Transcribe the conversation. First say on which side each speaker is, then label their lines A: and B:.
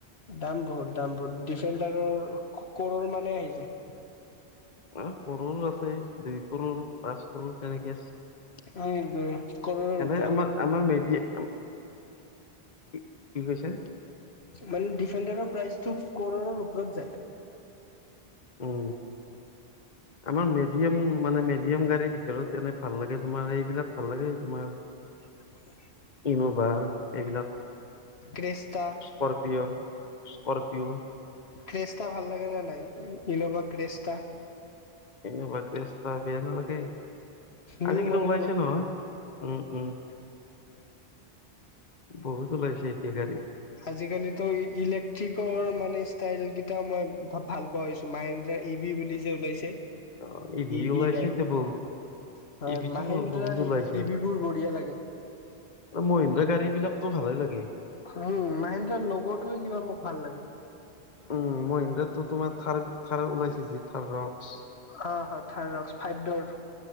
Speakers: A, on the left; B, on the left.
A: দাম বহুত দাম বহুত ডিফেণ্ডাৰৰ কৌৰৌৰ মানে আহি যায়
B: অ' ক'ৰৰ আছে দুই ক'ৰৰ পাঁচ কৰৌৰ তেনেকে আছে
A: উম উম কৰৰ
B: এনে
A: ওপৰত
B: আমাৰ আমাৰ বেদি কি কি কৈছে
A: মানে ডিফেণ্ডাৰৰ প্ৰাইচটো ক'ৰৰ ওপৰত যায়
B: উম। আমাৰ মিডিয়াম মানে, মিডিয়াম গাড়ীৰ ভিতৰত এনে ভাল লাগে তোমাৰ, এইবিলাক ভাল লাগে তোমাৰ <unintelligible>
A: <unintelligible>
B: কি ক'বা? এইবিলাক
A: ক্ৰেস্তা
B: স্কৰ্পিঅ', স্কৰ্পিঅ'।
A: ক্ৰেষ্টতা ভাল লাগে না নাই ইনোভা ক্ৰেষ্টতা।
B: এনেকুৱা ক্ৰেষ্টতা বেয়া নালাগেই
A: নিউ
B: আজিকালি
A: মডেলটো
B: ওলাইছে নহয়। উম, উম বহুত ওলাইছে এতিয়া গাড়ী।
A: আজিকালিতো ইলেক্ট্ৰিকৰ মানে ষ্টাইল কেইটা মই ভ- ভাল মায়েন্ত্ৰা ই ভি বুলি যে ওলাইছে
B: অ' ই ভিও
A: ভি
B: ওলাইছে
A: নাই
B: এতিয়া বহুত
A: হয়
B: ই ভিটো
A: মাহেন্দ্ৰাৰ
B: বহুত
A: ই-ই
B: ওলাইছে।
A: ভিবোৰ বঢ়িয়া লাগে
B: মহিন্দ্ৰাৰ গাড়ী বিলাকতো ভালে লাগে
A: উম, মাহেন্দ্ৰাৰ লগোটোৱে কিবা মোক ভাল লাগে।
B: উম, মহিন্দ্ৰাততো তোমাৰ থাৰ থাৰ ওলাইছি যি থাৰ ৰক্স
A: অ' হয় থাৰ্ড ৰক্স ফাইভ ডোৰ